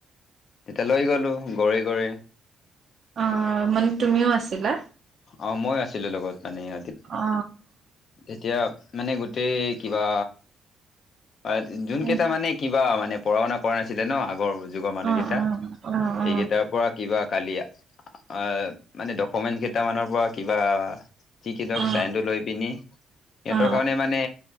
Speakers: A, on the left; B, on the right.
A: এতিয়া লৈ গ'লোঁ, ঘৰে-ঘৰে।
B: অ, মানে তুমিও আছিলা!
A: অ, মই আছিলো লগত মানে। <unintelligible>
B: অ
A: এতিয়া মানে গোটেই কিবা, এহ যোনকেইটা
B: অ
A: মানে কি কিবা মানে পঢ়া-শুনা কৰা নাছিলে ন আগৰ যুগৰ মানুহকেইটা
B: অ অ অ অ
A: এইকেইটাৰ পৰা কিবা কালি আহ মানে ড কমেণ্ট কেইটামানৰ পৰা কিবা <unintelligible>
B: অ
A: চাইনটো লৈ পিনি, সিহঁতৰ
B: অ অ
A: কাৰণে মানে